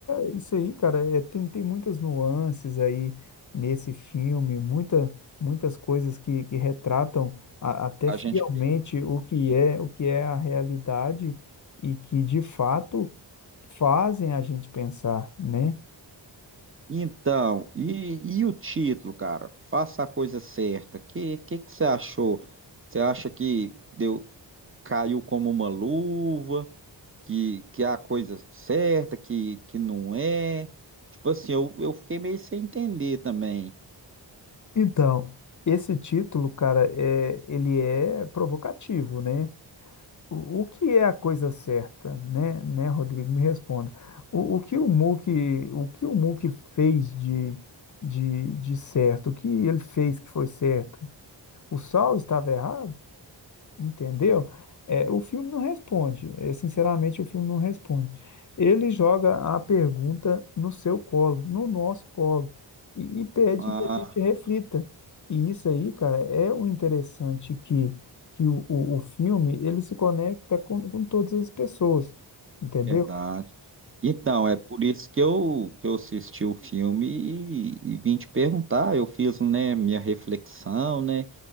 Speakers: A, on the left; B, on the right.
A: é isso aí, cara. é, tem, tem muitas nuances aí nesse filme, muita, muitas coisas que, que retratam a- até
B: a
A: fielmente
B: gente pensar.
A: o que é, o que é a realidade e que de fato fazem a gente pensar, né?
B: Então, e, e o título, cara? Faça a coisa certa. Que que que você achou? Você acha que deu caiu como uma luva? Que que é a coisa certa? Que que não é? Tipo assim, eu, eu fiquei meio sem entender também.
A: Então, esse título, cara, é, ele é provocativo, né? O, o que é a coisa certa, né, né, Rodrigo? Me responda. O, o que o Muk, o que o Muk fez de, de, de certo? O que ele fez que foi certo? O Sol estava errado? Entendeu? É, o filme não responde. É, sinceramente, o filme não responde. Ele joga a pergunta no seu colo, no nosso colo, e, e pede
B: Ah,
A: que a gente reflita. E isso aí, cara, é o interessante que, que o, o, o filme ele se conecta com, com todas as pessoas, entendeu?
B: verdade. Então, é por isso que eu que eu assisti o filme e, e vim te perguntar. Eu fiz, né, minha reflexão, né?